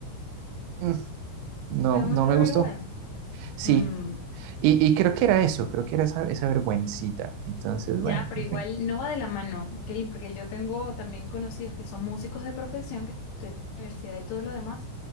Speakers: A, on the right; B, on the left.
A: mm, no,
B: te da mucha
A: no me
B: vergüenza.
A: gustó. Sí,
B: Mm,
A: y, y creo que era eso, creo que era esa, esa vergüencita. Entonces,
B: Ya,
A: bueno,
B: pero
A: me
B: igual
A: fui.
B: no va de la mano, ¿ok? Porque yo tengo también conocidos que son músicos de profesión, que estudian en la universidad y todo lo demás,